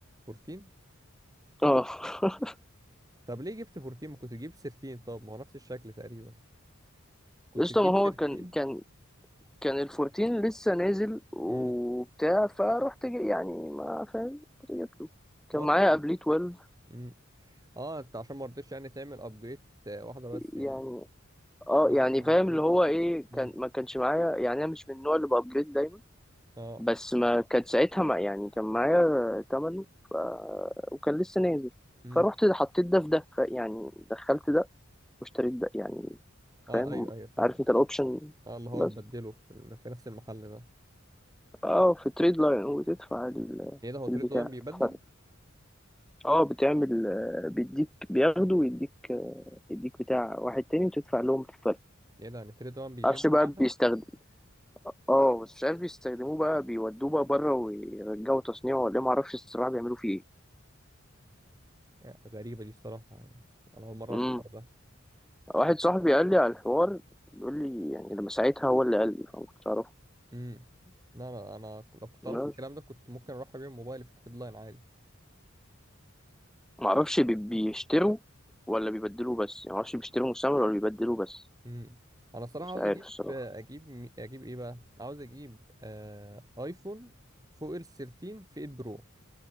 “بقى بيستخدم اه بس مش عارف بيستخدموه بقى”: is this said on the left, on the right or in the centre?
Centre